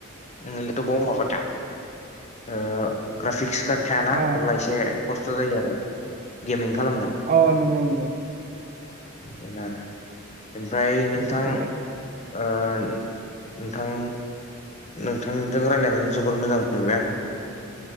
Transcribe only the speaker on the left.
उम लेपटपबाव माबाथा ओ ग्राफिक्स खाद थायाना
अब्ला एसे खस्थ' जायो आरो गेमिं खालामनो।
बेनो आरो ओमफ्राय नोंथां
ओ नोंथां नोंथांजों रायज्लायनानै जोबोर मोजां मोनबाय आं।